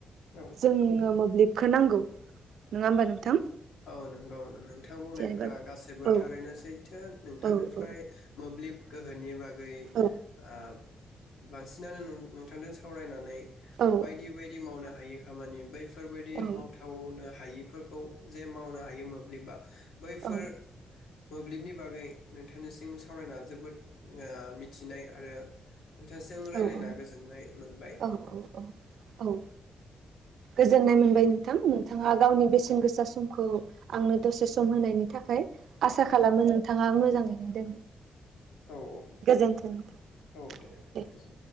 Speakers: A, on the left; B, on the right.
A: औ
B: जोंनि नो मोब्लिबखो नांगौ नङा होमबा नोंथां?
A: औ नंगौ नोंथां बुंनाय
B: जेनेबा
A: फोरा गासैबो
B: औ
A: थारैनो सैथो नोंथां
B: औ
A: निफ्राय
B: औ
A: मोब्लिब गोहोनि बाग गै
B: औ
A: आ बांसिनानो नों नोंथांदो सावराय नानै
B: औ
A: बायदि बायदि मावनो हायो। खामानि बैफ फोरबायदि
B: औ
A: माव थावनो हायि फोरखौ जे मावनो हायो मोब्लिबा बैफोर
B: औ
A: मोब्लिबनि बागै नोंथांनिसिम सावरायना जोबोद ओ मिथिनाय आरो नोंथांजों रायलायना
B: औ औ
A: गोजोननाय मोनबाय।
B: औ औ औ। गोजोननाय मोनबाय नोंथां नोंथाङा गावनि बेसेन गोसा समखौ आंनो दसे सम होनायनि थाखाय आसा
A: औ
B: खालामो नोंथाङा मोजाङैनो दंं
A: औ दे
B: गोजोनथों नोंथां
A: औ
B: दे।
A: गोजोन